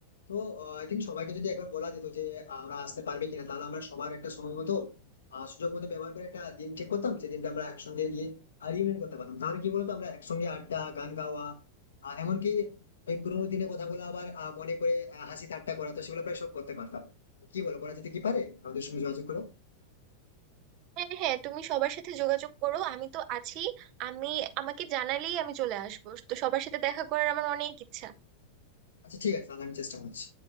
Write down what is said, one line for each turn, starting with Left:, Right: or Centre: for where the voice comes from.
Left: তো আই থিঙ্ক সবাইকে যদি একবার বলা যেত যে আহ, আমরা আসতে পারবে কিনা তাহলে আমরা সবার একটা সময় মতো আহ, সুযোগ মতো ব্যবহার করে একটা দিন ঠিক করতাম যে দিনটা আমরা একসঙ্গে গিয়ে রিউনিয়ন করতে পারতাম তাহলে কি বলতো আমরা একসঙ্গে আড্ডা গান গাওয়া আহ এমনকি ওই পুরোনো দিনে কথাগুলো আবার আহ, মনে করে আহ, হাসি ঠাট্টা করা তো সেগুলো প্রায় সব করতে পারতাম তো কি বলো করা যেতে কি পারে আমাদের সঙ্গে যোগাযোগ করো
Right: হ্যাঁ হ্যাঁ তুমি সবার সাথে যোগাযোগ করো আমি তো আছি আমি আমাকে জানালেই আমি চলে আসবো তো সবার সাথে দেখা করার আমার অনেক ইচ্ছা
Left: আচ্ছা ঠিক আছে তাহলে আমি চেষ্টা করছি